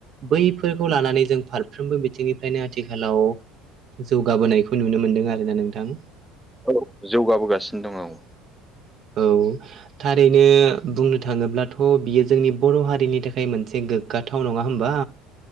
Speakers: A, on the right; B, in the centre.
A: बैफोरखौ लानानै जों फारफ्रोमबो बिथिंनिफ्रायनो आथिखाल हेलौ जौगाबोनायखौ नुनो मोनदों आरोना नोंथां
B: औ जौगाबोगासिनो दं आं
A: औ थारैनो बुंनो थाङोब्लाथ' बियो जोंनि बर' हारिनि थाखाय मोनसे गोग्गाथाव नङा होमबा